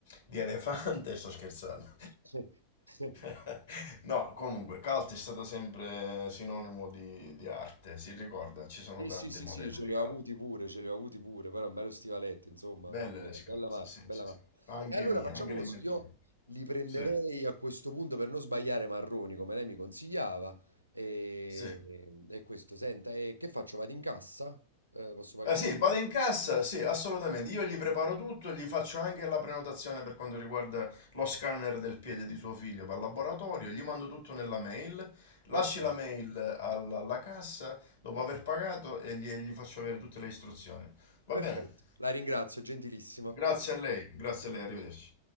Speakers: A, on the left (about 70°); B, on the right (about 80°).
A: di elefante, <laughs> sto scherzando.
B: <laughs>
A: <laughs> No, comunque, calte è stato sempre sinonimo di, di arte, si ricorda, ci sono
B: Sì,
A: tanti
B: sì, sì,
A: modelli
B: sì, ce
A: di
B: li
A: calte.
B: ho avuti pure, ce li ho avuti pure, però un bello stivaletto, insomma,
A: Belle
B: eh, bella,
A: le scarpe,
B: bella marca,
A: sì, sì,
B: bella marca.
A: sì. Anche
B: E allora
A: mie,
B: facciamo
A: anche le
B: così,
A: mie preferite.
B: io li prenderei
A: Sì,
B: a questo punto per non sbagliare marroni, come lei mi consigliava, e,
A: sì.
B: e questo, senta, e che faccio? Vado in cassa? Eh, posso pagare?
A: Ah, sì, vado in cassa, sì, assolutamente. Io gli preparo tutto, gli faccio anche la prenotazione per quanto riguarda lo scanner del piede di suo figlio per laboratorio, gli mando tutto nella mail, lasci
B: Ok,
A: la mail alla, alla cassa dopo aver pagato e gli gli faccio avere tutte le istruzioni. Va
B: perfetto,
A: bene?
B: la ringrazio, gentilissimo.
A: Grazie a lei, grazie
B: Arrivederci.
A: a lei, arrivederci.